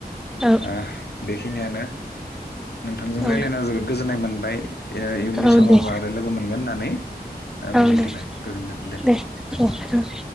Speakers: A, in the centre; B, on the left.
A: औ
B: ओ बेखिनियानो। नोंथांजों
A: औ
B: रायलायना जोबोद गोजोननाय मोनबाय। ओ इयुननि
A: औ
B: समावबो
A: दे
B: आरो लोगो मोनगोन होननानै। ओ मिजिंथिबाय
A: औ दे
B: गोजोन्थों
A: दे औ ओम।